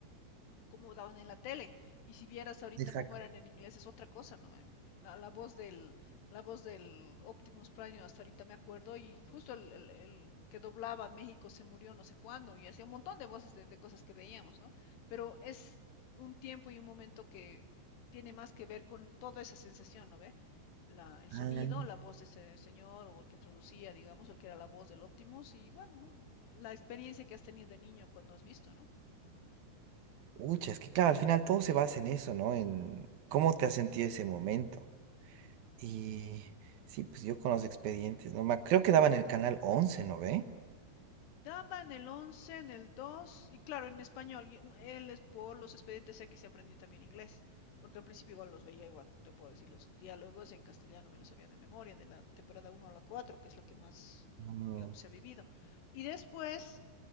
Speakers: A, on the left; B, on the right.
A: Cómo daban en la tele. Y si vieras ahorita
B: Exacto.
A: cómo eran en inglés es otra cosa, ¿no? Eh, La, la voz del la voz del Optimus Prime hasta ahorita me acuerdo y justo el, el, el que doblaba México se murió no sé cuándo y hacía un montón de voces de, de cosas que veíamos, ¿no? Pero es un tiempo y un momento que tiene más que ver con toda esa sensación, ¿no ve? La, el sonido,
B: Ah,
A: la voz de ese señor o el que traducía, digamos, el que era la voz del Optimus y bueno, ¿no? la experiencia que has tenido de niño cuando has visto, ¿no?
B: Ucha, es que claro, al final todo se basa en eso, ¿no? En cómo te has sentido ese momento. Y sí, pues yo con los expedientes, ¿no? Ma- Creo que daban el canal once ¿no ve?
A: Daba en el 11, en el dos y claro, en español. y mm, Él es por los expedientes X se aprendió también inglés, porque al principio igual los veía, igual te puedo decir, los diálogos en castellano me los sabía de memoria, de la temporada uno a la 4, que es la que más,
B: Mm,
A: digamos, se ha vivido. Y después